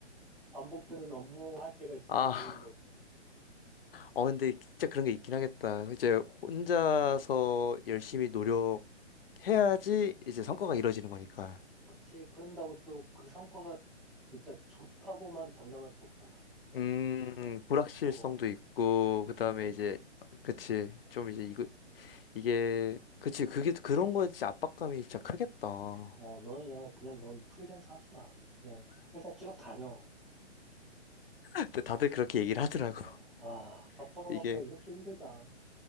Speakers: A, in the centre; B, on the left.
A: 반복되는 업무 할 때가 진짜
B: 아.
A: 그리운 거지.
B: 어, 근데 진짜 그런 게 있긴 하겠다. 이제 혼자서 열심히 노력해야지 이제 성과가 이루어지는 거니까.
A: 그치. 그런다고 또 그 성과가 진짜 좋다고만 장담할 수 없잖아.
B: 음, 불확실성도
A: 어,
B: 있고, 그 다음에
A: 그니까.
B: 이제, 그치. 좀 이제 이거, 이게, 그치. 그게 그런 거에 진짜 압박감이 진짜 크겠다.
A: 어, 너는 그냥, 그냥 넌 프리랜서 하지 마. 그냥 회사 쭉 다녀.
B: <laughs> 근데 다들 그렇게 얘기를 하더라고.
A: 어, 아, 밥
B: <laughs>
A: 벌어먹기가
B: 이게,
A: 이렇게 힘들다.